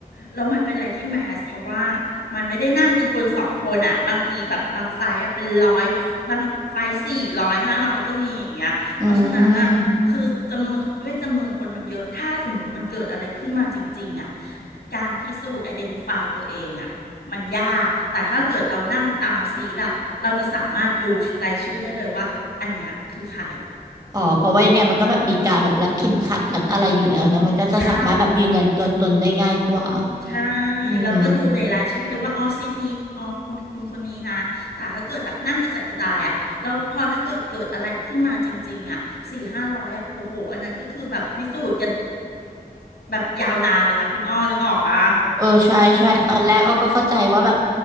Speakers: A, on the left; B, on the right.
A: แล้วมันเป็นอะไรที่แมสเพราะว่ามันไม่ได้นั่งกันคนสองคนอ่ะบางทีแบบบางไฟล์อะเป็นร้อยบางไฟสี่ร้อยห้าร้อยก็มีอย่างเงี้ยเพราะฉะนั้นอ่ะคือจำนวนด้วยจำนวนคนมันเยอะถ้าสมมติมันเกิดอะไรขึ้นมาจริงๆอ่ะ
B: อืม
A: การพิสูจน์ identify ตฟายตัวเองอ่ะมันยากแต่ถ้าเกิดเรานั่งตามซีดอ่ะเราจะสามารถดูรายชื่อได้เลยว่าอันเนี้ยคือใคร
B: อ๋อเพราะว่ายังไงมันก็แบบมีการแบบรัดเข็มขัดรัดอะไรอยู่แล้วนะมันก็จะสามารถแบบยืนยันตัวตนได้ง่ายกว่า
A: ใช่ ใช่
B: อืม
A: เราก็ดูในรายชื่อเลยว่าอ๋อซีทนี้อ๋อคนคุณคนนี้นะแต่ถ้าเกิดแบบนั่งกระจัดกระจายอ่ะแล้วพอถ้าเกิดเกิดอะไรขึ้นมาจริงๆอ่ะสี่ห้าร้อยอ่ะโอ้โหอันนั้นก็คือแบบพิสูจน์กันแบบยาวนานเลยนะคุณอ้อนึกออกปะ
B: เออใช่ใช่ตอนแรกอ้อก็เข้าใจว่าแบบ
A: อืม